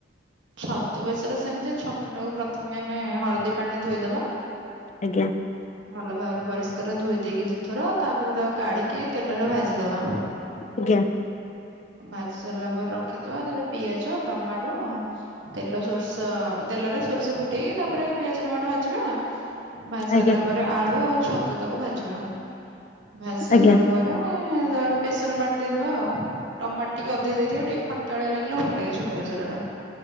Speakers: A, on the right; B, on the left.
A: ଛତୁ ବେସର ସେମିତି। ଛତୁ ଟାକୁ ପ୍ରଥମେ ଆମେ ହଳଦୀ ପାଣିରେ ଧୋଇଦବା।
B: ଆଜ୍ଞା।
A: ଭଲ ଭାବରେ ପରିଷ୍କାର ଧୋଇ ଦେଇକି ଦୁଇଥର ତାପରେ ତାକୁ କାଢିକି ତେଲରେ ଭାଜିଦବା।
B: ଆଜ୍ଞା।
A: ଭାଜି ସାରିଲା ପରେ ରଖିଦବା। ତାପରେ ପିଆଜ ଟମାଟୋ ତେଲ ସୋରିଷ ତେଲରେ ସୋରିଷ ଫୁଟେଇ ତାପରେ ପିଆଜ ଟମାଟୋ ଭାଜିବା। ଭାଜି ସାରିଲା
B: ଆଜ୍ଞା
A: ପରେ ଆଳୁ ଆଉ ଛତୁ ତାକୁ ଭାଜିବା। ଭାଜି ସାରିଲା
B: ଆଜ୍ଞା
A: ପରେ ପରେ ତାପରେ ବେସର ପାଣି ଦେଇଦବା ଆଉ। ଟମାଟୋ ଟିକେ ଅଧିକ ଦେଇଥିବେ ଟିକେ ଖଟାଳିଆ ଲାଗିଲେ ଭଲ ଲାଗିବ ଛତୁ ବେସରଟା।